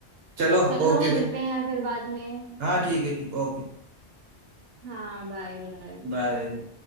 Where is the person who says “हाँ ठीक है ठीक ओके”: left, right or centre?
Right